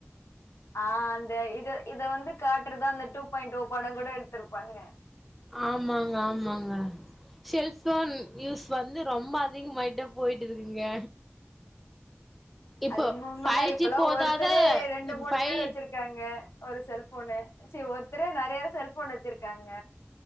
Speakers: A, on the left; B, in the centre.
A: ஆ அந்த இத இத வந்து காட்டுறது அந்த டூ பாயிண்ட் ஓ படோ கூட எடுத்திருப்பாங்க
B: ஆமாங்க‌ ஆ ஆமாங்க செல்போன் யூஸ் வந்து ரொம்ப அதிகமாயிட்டே போய்ட்டு இருக்குங்க இப்போ
A: அது இன்மோ உண்மதா
B: ஃபைவ்
A: இப்பெல்லா
B: ஜி போதாத
A: ஒருத்தரே ரெண்டு
B: இப்ப
A: மூணு
B: ஃபைவ்
A: பேர் வெச்சிருக் இருக்காங்க ஒரு செல்போனு ஒருத்தரே நெறைய செல்போன் வெச்சிருக்காங்க